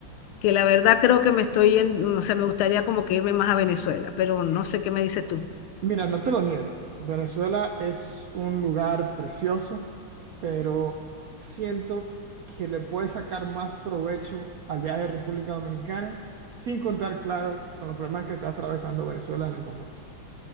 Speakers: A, on the left (about 85°); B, on the right (about 70°).
A: que la verdad creo que me estoy yendo, o sea, me gustaría como que irme más a Venezuela, pero no sé qué me dices tú.
B: Mira, no te lo niego, Venezuela es un lugar precioso, pero siento que le puedes sacar más provecho al viaje de República Dominicana, sin contar, claro, con los problemas que está atravesando Venezuela en el momento.